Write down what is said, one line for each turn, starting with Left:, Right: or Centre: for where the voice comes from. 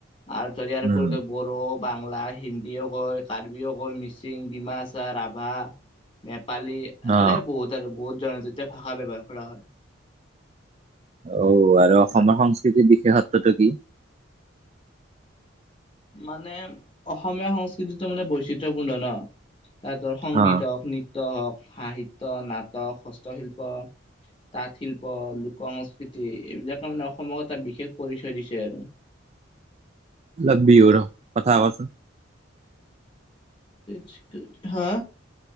Left: আৰু ধৰ ইয়াৰ
Right: উম,
Left: উপৰিও বহুত বড়ো, বাংলা, হিন্দীও কয়, কাৰ্বিও কয়, মিচিং, ডিমাচা, ৰাভা নেপালী,
Right: অ',
Left: আৰে বহুত আৰু বহুত জনজাতীয় ভাষা ব্যৱহাৰ কৰা হয়।
Right: অ আৰু অসমৰ সংস্কৃতিৰ বিশেষত্বটো কি
Left: মানে অসমীয়া সংস্কৃতিটো মানে বৈচিত্ৰপূণ্ড ন তাৰ সংগীত
Right: অ',
Left: হওক নৃত্য হওক সাহিত্য নাটক হস্তশিল্প তাঁত শিল্প লোক সংস্কৃতি এইবিলাক মানে অসমক এটা বিশেষ পৰিচয় দিছে আৰু
Right: অলপ বিহুৰ কথা কচোন
Left: <unintelligible> হা